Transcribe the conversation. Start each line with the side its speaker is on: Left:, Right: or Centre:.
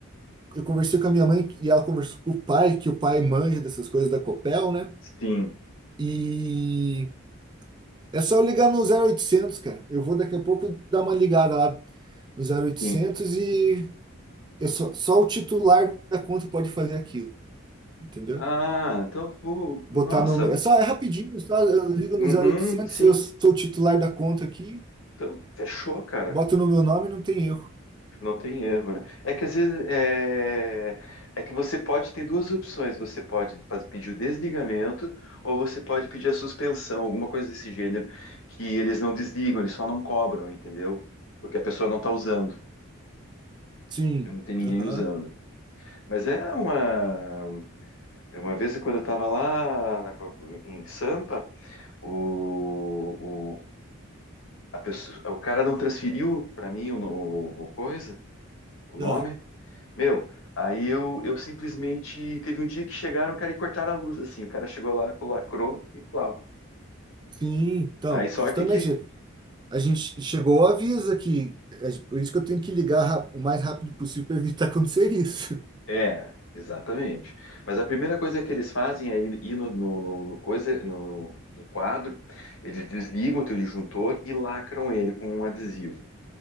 Right: eu conversei com a minha mãe e ela conversou com o pai, que o pai manja dessas coisas da Copel, né?
Left: Sim,
Right: E é só eu ligar no zero oitocentos cara. Eu vou daqui a pouco dar uma ligada lá no zero oitocentos
Left: sim.
Right: e eu só, só o titular da conta pode fazer aquilo, entendeu?
Left: Ah, então, pô,
Right: Botar
Left: nossa.
Right: no. É só, é rapidinho, só eu ligo
Left: Uhum,
Right: no zero oitocentos
Left: sim.
Right: eu sou o titular da conta aqui,
Left: Então, fechou, cara.
Right: boto no meu nome, não tem erro.
Left: Não tem erro, né? É que às vezes é, é que você pode ter duas opções. Você pode faz- pedir o desligamento ou você pode pedir a suspensão, alguma coisa desse gênero, que eles não desligam, eles só não cobram, entendeu? Porque a pessoa não está usando,
Right: Sim.
Left: não tem ninguém
Right: Aham.
Left: usando. Mas é uma uma vez quando eu estava lá na- em Sampa, o, o, a pessoa, o cara não transferiu para mim o, o, o coisa, o nome.
Right: Ah,
Left: Meu, aí eu, eu simplesmente teve um dia que chegaram, cara, e cortaram a luz, assim. O cara chegou lá, lacrou e plau.
Right: Sim, então,
Left: Aí sorte
Right: justamente,
Left: que.
Right: a gente chegou ao aviso aqui, é por isso que eu tenho que ligar ra- o mais rápido possível para evitar <laughs> acontecer isso.
Left: É, exatamente. Mas a primeira coisa que eles fazem é ir ir no, no, no- no coisa, no, no quadro, eles desligam o teu disjuntor e lacram ele com um adesivo.